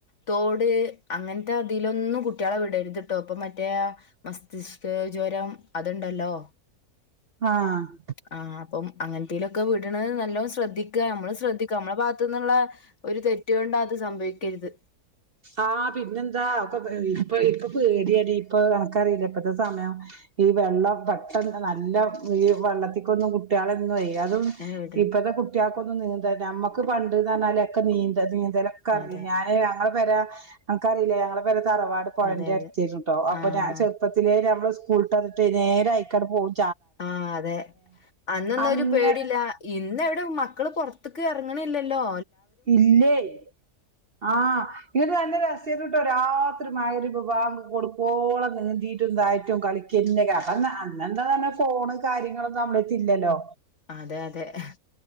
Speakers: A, on the left; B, on the right.
A: തോട്, അങ്ങനത്തെ അതിലൊന്നും കുട്ടികളെ വിടരുതിട്ടോ അപ്പൊ മറ്റേ ആ മസ്തിഷ ക്കജ്വരം അതുണ്ടല്ലോ.
B: ആഹ്.
A: ആഹ് അപ്പം അങ്ങനെ ത്തിലൊക്കെ വിടണെ നല്ലോണം ശ്രദ്ധിക്കുക നമ്മള് ശ്രദ്ധിക്കുക നമ്മളെ ഭാഗത്തു നിന്നുള്ള ഒരു തെറ്റൊണ്ട് അത് സംഭയി ക്കരുത്.
B: ആഹ് ആ പിന്നെന്താ ഒക്കെ ഇപ്പൊ ഇപ്പൊ പേടിയടി ഇപ്പൊ അനക്കറീല ഇപ്പത്തെ സമെയം ഈവെള്ളം പെട്ടെ നല്ലോംഈ വെള്ളത്തിക്കൊന്നും കുട്ടികളെയെന്നും ഏ യതും
A: എവിടെ
B: ഇപ്പത്തെ കുട്ടിക്കൊന്നും നീന്ത നമ്മക്ക് പണ്ട് എന്ന് പറഞ്ഞാല് ഒക്കെ നീന്ത നീന്ത ന്തലൊക്കെ അറിഞ്ഞീ
A: അതെ
B: ഞാനെ ങ്ങളെ പെര അനക്കറിലേ ഞങ്ങളെ പെര തറവാട് പൊഴന്റെ
A: അതെ
B: അടുത്താരുന്നൂട്ടോ
A: അതെ
B: അപ്പൊ
A: ആഹ്
B: ഞാൻ ചെറുപ്പത്തിലേ ഞമ്മള് സ്കൂള് വിട്ട് വന്നിട്ട് നേരെ ആയികാണ്ട് പോകും.
A: ആ ആ അതെ അന്ന്ന്നൊ
B: അങ്ങ
A: ഒരു പേടില്ല ഇന്ന് എവി മക്കള് പുറത്ത്ക്ക് എറങ്ങ്ണില്ലല്ലോ.
B: ഇല്ലേയ്, ആഹ് ഇത് നല്ല രസത്തില് ചെയ്തിട്ട് രാത്രി മഹ്‌രിബ് ബാങ്ക് കൊടുക്കോളം നീന്തീട്ടും തായിട്ടും കളിക്കെന്ന അന്നെന്ന് പറഞ്ഞ ഫോണ് കാര്യങ്ങളൊന്നും നമ്മളടത്ത് ഇല്ലല്ലോ.
A: അതെ, അതെ ഹ്